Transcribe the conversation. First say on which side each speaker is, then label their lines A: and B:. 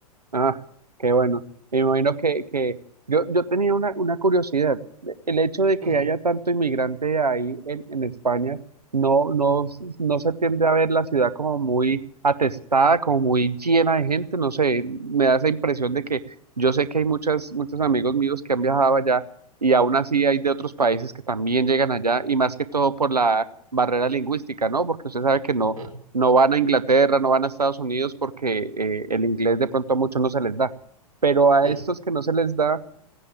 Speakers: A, on the right; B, on the right.
A: Ah, qué bueno. Me imagino que, que yo, yo tenía una, una curiosidad. El hecho de que
B: Mm,
A: haya tanto inmigrante ahí en, en España, no, no, no se tiende a ver la ciudad como muy atestada, como muy llena de gente. No sé, me da esa impresión de que yo sé que hay muchas, muchos amigos míos que han viajado allá y aún así hay de otros países que también llegan allá y más que todo por la barrera lingüística, ¿no? Porque usted sabe que no
B: mm,
A: no van a Inglaterra, no van a Estados Unidos porque eh, el inglés de pronto a muchos no se les da. Pero a
B: mm.
A: estos que no se les da,